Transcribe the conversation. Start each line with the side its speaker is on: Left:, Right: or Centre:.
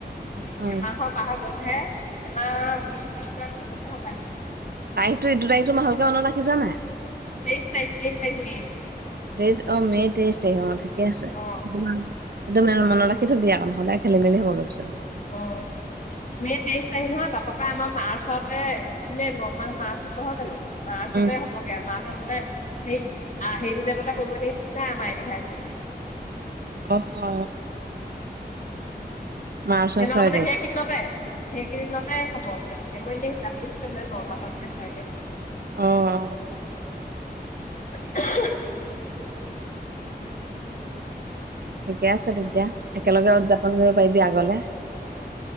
Left: উ
Right: অ
Left: এমাহৰ পাৰ হৈ গৈছেহে এমাহ বিশ দিন মান হৈছৈ হপাই
Right: তাৰিখতো ইটো তাৰিখতো ভালকে মনত ৰাখিছা নাই
Left: তেইশ তাৰিখ তেইশ তাৰিখ মে'
Right: তেইশ অ মে তেইশ তাৰিখ অ ঠিকে আছে সেইটো
Left: অ
Right: মাহ এইটো মে মনত ৰাখি থবি আও নহলে খেলি মেলি হ'বগে পিছত
Left: অ মে তেইশ তাৰিখ নহয় তাৰপা পাই আমাৰ মাৰ্চতে এ নমাহ মাৰ্চত নহয় জানো মাৰ্চতে
Right: উম
Left: হ বগে মাহটোত মানে সেই আ সেইটো ডেটতে পৰিব নেকি ঠিক নাই আমাৰ এনিভাৰছেৰি
Right: অ অ মাৰ্চৰ
Left: সেনকা
Right: ছয়
Left: মানে
Right: তাৰিখ
Left: সেই সেইদিনতে সেইকেইদিনতে হ'ব চাগে মই এনেই হিচাপ কৰিছিলো মানে নমাহতে হয়গে
Right: অ অ
Left: এহে
Right: ঠিকে আছে তেতিয়া একেলগে উদযাপন কৰিব পাৰিবি আগলে